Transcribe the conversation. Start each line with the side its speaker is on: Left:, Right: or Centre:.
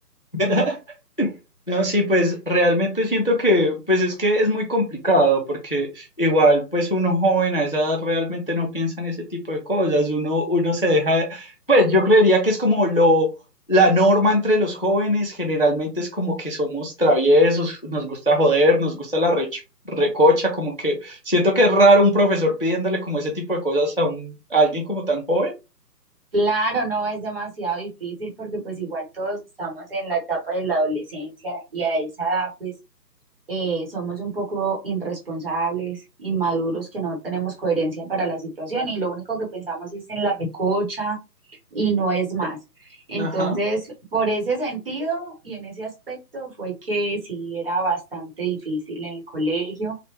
Left: <laughs> No, sí, pues realmente siento que, pues es que es muy complicado porque igual, pues uno joven a esa edad realmente no piensa en ese tipo de cosas, uno, uno se deja, pues yo creería que es como lo, la norma entre los jóvenes, generalmente es como que somos traviesos, nos gusta joder, nos gusta la recho- recocha, como que siento que es raro un profesor pidiéndole como ese tipo de cosas a un, a alguien como tan joven.
Right: Claro, no es demasiado difícil porque pues igual todos estamos en la etapa de la adolescencia y a esa edad pues eh, somos un poco irresponsables, inmaduros, que no tenemos coherencia para la situación y lo único que pensamos es en la recocha y no es más. Entonces,
Left: Ajá,
Right: por ese sentido y en ese aspecto fue que sí era bastante difícil en el colegio.